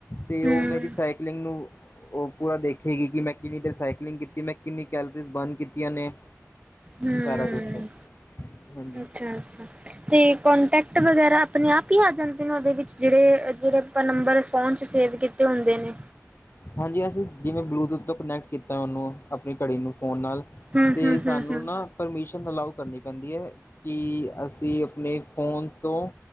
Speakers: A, on the left; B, on the right.
A: ਤੇ
B: ਹਮ
A: ਉਹ ਮੇਰੀ ਸਾਈਕਲਿੰਗ ਨੂੰ ਉਹ ਪੂਰਾ ਦੇਖੇਗੀ ਕਿ ਮੈਂ ਕਿੰਨੀ ਦੇਰ ਸਾਈਕਲਿੰਗ ਕੀਤੀ ਮੈਂ ਕਿੰਨੀ ਕੈਲਰੀਜ਼ ਬਰਨ ਕੀਤੀਆਂ ਨੇ
B: ਹਮ
A: ਸਾਰਾ ਕੁਛ ਹਾਂਜੀ
B: ਅੱਛਾ ਅੱਛਾ ਤੇ ਕੋਂਟੈਕਟ ਵਗੈਰਾ ਆਪਣੇ ਆਪ ਹੀ ਆ ਜਾਂਦਾ ਦਿਨ ਉਹਦੇ ਵਿੱਚ ਜਿਹੜੇ ਜਿਹੜੇ ਆਪਾਂ ਨੰਬਰ ਫੋਨ ਚ ਸੇਵ ਕੀਤੇ ਹੁੰਦੇ ਨੇ
A: ਹਾਂਜੀ ਅਸੀਂ ਜਿਵੇਂ ਬਲੂਟੂਥ ਤੋਂ ਕਨੈਕਟ ਕੀਤਾ ਉਹਨੂੰ ਆਪਣੀ ਘੜੀ ਨੂੰ ਫ਼ੋਨ ਨਾਲ
B: ਹਮ
A: ਤੇ
B: ਹਮ
A: ਸਾਨੂੰ
B: ਹਮ ਹਮ
A: ਨਾ ਪਰਮੀਸ਼ਨ ਅਲਾਓ ਕਰਨੀ ਪੈਂਦੀ ਐ ਕਿ ਅਸ ਸੀਂ ਆਪਣੇ ਫ਼ੋਨ ਤੋਂ